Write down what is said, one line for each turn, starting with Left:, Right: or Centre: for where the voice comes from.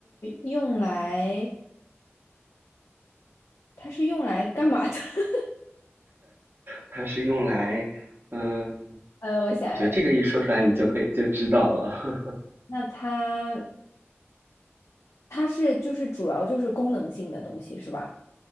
Left: 用来，它是用来干嘛的？<laughs>
Right: 它是用来，嗯、
Left: 呃，我想，
Right: 我觉得这个一说出来，你就可以就知道了。<laughs>
Left: 那它它是就是主要就是功能性的东西是吧？